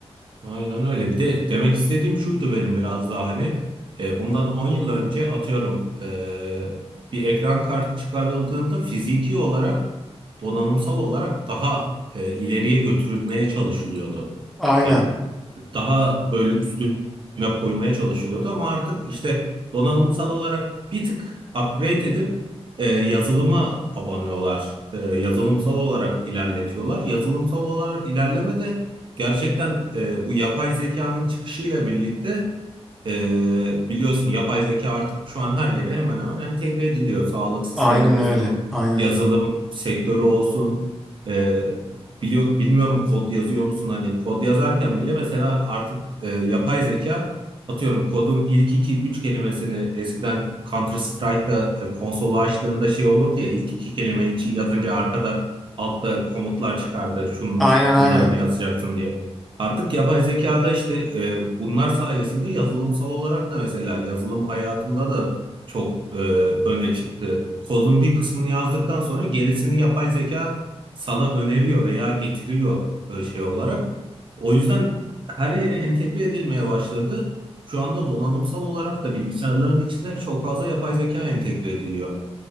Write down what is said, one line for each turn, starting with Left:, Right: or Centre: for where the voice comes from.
Right: Aynen öyle. Bir de demek istediğim şuydu benim biraz daha hani e, bundan 10 yıl önce atıyorum e, bir ekran kartı çıkarıldığında fiziki olarak donanımsal olarak daha e, ileriye götürülmeye çalışılıyordu.
Centre: Aynen.
Right: Ya daha böyle üstüne koymaya çalışılıyordu ama artık işte donanımsal olarak bir tık upgrade edip e, yazılıma abanıyorlar. E, yazılımsal olarak ilerletiyorlar. Yazılımsal olarak ilerleme de Gerçekten e, bu yapay zekanın çıkışıyla birlikte e, biliyorsun yapay zeka artık şu an her yere hemen hemen entegre ediliyor. Sağlık sistemi
Centre: Aynen
Right: olsun,
Centre: öyle. Aynen
Right: yazılım
Centre: öyle.
Right: sektörü olsun. E, biliyor, bilmiyorum kod yazıyor musun? Hani kod yazarken bile mesela artık e, yapay zeka atıyorum kodun ilk iki üç kelimesini eskiden Counter Strike'da e, konsolu açtığında şey olurdu ya ilk iki kelimeyi yazınca arkada altta komutlar çıkardı. Şunu,
Centre: Aynen aynen.
Right: bunları mı yazacaksın diye. Artık yapay zekada işte e, bunlar sayesinde yazılımsal olarak da mesela yazılım hayatında da çok e, öne çıktı. Kodun bir kısmını yazdıktan sonra gerisini yapay zeka sana öneriyor veya getiriyor e, şey olarak. O yüzden her yere entegre edilmeye başladı. Şu anda donanımsal olarak da bilgisayarların içine çok fazla yapay zeka entegre ediliyor.